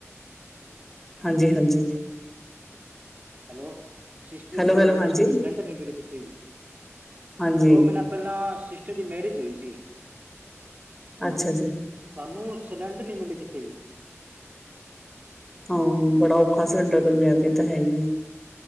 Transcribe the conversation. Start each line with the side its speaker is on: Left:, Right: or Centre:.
Centre: ਹਾਂਜੀ-ਹਾਂਜੀ।
Right: ਹੈਲੋ ਸਿਸਟਰੀ
Centre: ਹੈਲੋ
Right: ਮੈਰਿਜ
Centre: ਹੈਲੋ
Right: ਹੋਏ
Centre: ਹਾਂਜੀ
Right: ਸਾਨੂੰ ਸਿਲੰਡਰ ਨੀ ਮਿਲੇ ਕਿਤੇ ਵੀ,
Centre: ਹਾਂਜੀ
Right: ਦੋ ਮ੍ਹੀਨਾ ਪਹਿਲਾਂ ਸਿਸਟਰ ਦੀ ਮੈਰਿਜ ਹੋਈ ਸੀ।
Centre: ਅੱਛਾ ਜੀ।
Right: ਸਾਨੂੰ ਸਿਲੰਡਰ ਨਈਂ ਮਿਲੇ, ਕਿਤੇ ਵੀ।
Centre: ਹਾਂ, ਬੜਾ ਔਖਾ ਸਿਲੰਡਰ ਤੋਂ ਵਗੈਰ ਏ ਤਾਂ ਹੈ ਹੀ ਐ।